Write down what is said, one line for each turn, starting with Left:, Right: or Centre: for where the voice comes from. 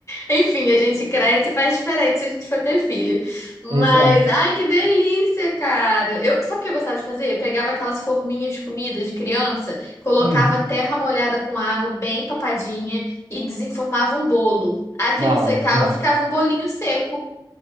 Left: Enfim, a gente cresce e faz diferente se a gente for ter filho. Mas,
Right: Exato.
Left: ai, que delícia, cara. Eu, sabe o que eu gostava de fazer? Eu pegava aquelas forminhas de comida de criança, colocava
Right: Hum.
Left: terra molhada com água, bem papadinha, e desenformava um bolo. Aquilo
Right: Ah,
Left: secava,
Right: legal.
Left: ficava um bolinho seco.